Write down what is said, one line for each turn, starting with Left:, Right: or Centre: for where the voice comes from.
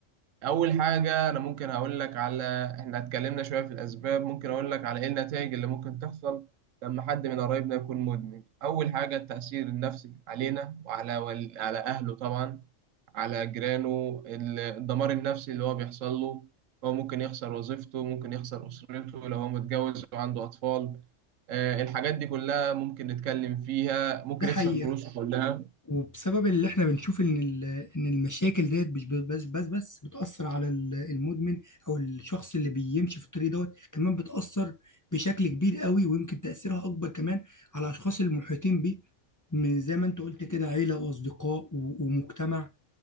Right: اول حاجه انا ممكن هقول لك على احنا اتكلمنا شويه في الاسباب ممكن اقول لك على ايه النتائج اللي ممكن تحصل لما حد من قرايبنا يكون مدمن اول حاجه التاثير النفسي علينا وعلى ول... على اهله طبعا على جيرانه ال- الدمار النفسي اللي هو بيحصل له هو ممكن يخسر وظيفته ممكن يخسر اسرته لو هو متجوز وعنده اطفال آه، الحاجات دي كلها ممكن نتكلم فيها ممكن
Left: ده حقيقة
Right: يخسر فلوسه كلها
Left: وبسبب اللي احنا بنشوف ان ال- ان المشاكل ديت مش بس بس بس بتأثر على ال- المدمن او الشخص اللي بيمشي في الطريق دوت كمان بتأثر بشكل كبير قوي ويمكن تأثيرها اكبر كمان على الاشخاص المحيطين بيه من زي ما انت قلت كده عيلة واصدقاء و- ومجتمع